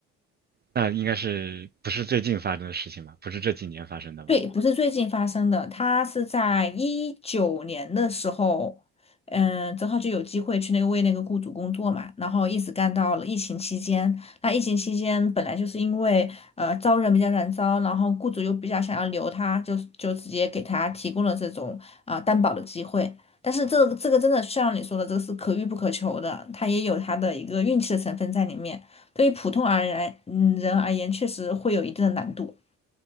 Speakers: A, on the right; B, on the left.
A: 那应该是不是最近发生的事情吧？不是这几年发生的吧？
B: 对，不是最近发生的，他是在一九年的时候，嗯，正好就有机会去那个为那个雇主工作嘛，然后一直干到了疫情期间。那疫情期间本来就是因为呃招人比较难招，然后雇主又比较想要留他，就就直接给他提供了这种啊、担保的机会。但是这个这个真的像你说的，这个是可遇不可求的，他也有他的一个运气的成分在里面。对于普通而言，嗯，人而言确实会有一定的难度。